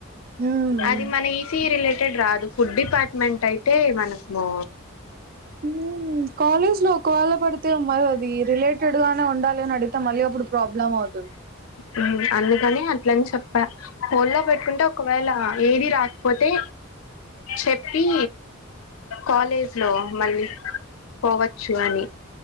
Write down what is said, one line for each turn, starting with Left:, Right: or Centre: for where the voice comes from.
Right: హ్మ్
Left: అది మన ఈ సీ ఈ రిలేటెడ్ రాదు ఫుడ్ డిపార్ట్మెంట్ అయి తే మనము
Right: మ్మ్ కాలేజ్ లో ఒకవేళ పడితే మరి అది రిలేట్ టెడుగానే ఉండాలని అడితే మళ్ళీ అప్పుడు ప్రాబ్లమ్ అవుతుంది.
Left: మ్మ్ అందుకనే అట్లని చెప్పా. హోల్డ్ లో పెట్టుకుంటే ఒకవేళ ఏది రాకపోతే, చెప్పీ కాలేజ్ లో మళ్ళి పోవచ్చు అని